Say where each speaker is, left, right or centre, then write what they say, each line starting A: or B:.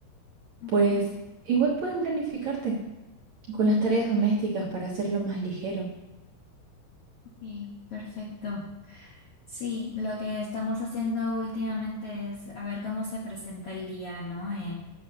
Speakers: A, on the left; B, on the right.
A: Ujú,
B: Pues igual pueden planificarte con las tareas domésticas para hacerlo más ligero.
A: Ok, perfecto. Sí, lo que estamos haciendo últimamente es a ver cómo se presenta el día, ¿no? Eh,